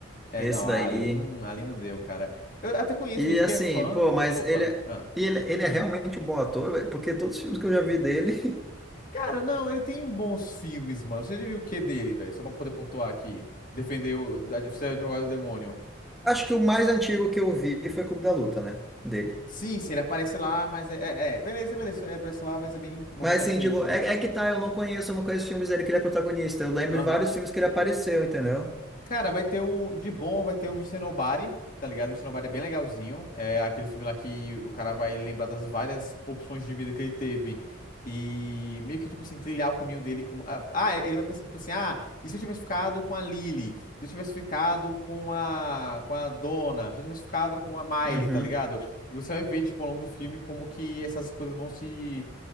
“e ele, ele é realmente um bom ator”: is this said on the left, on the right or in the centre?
Centre